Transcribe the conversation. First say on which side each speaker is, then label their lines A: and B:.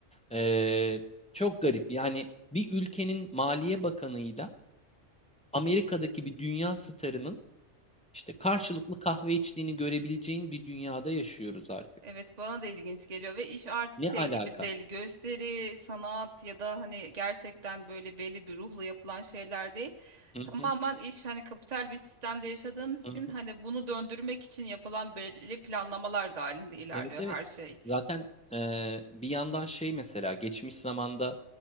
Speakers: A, in the centre; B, on the right.
A: eee, çok garip. Yani bir ülkenin maliye bakanıyla Amerika'daki bir dünya starının işte karşılıklı kahve içtiğini görebileceğin bir dünyada yaşıyoruz artık.
B: Evet bana da ilginç geliyor ve iş artık
A: Ne
B: şey
A: alaka?
B: gibi değil gösteri, sanat ya da hani gerçekten böyle belli bir ruhla yapılan şeyler değil.
A: Hı
B: Tamamen
A: hı,
B: iş hani kapital bir sistemde yaşadığımız için
A: hı
B: hani bunu döndürmek için yapılan belli planlamalar dahilinde ilerliyor
A: Evet evet.
B: her şey.
A: Zaten e, bir yandan şey mesela geçmiş zamanda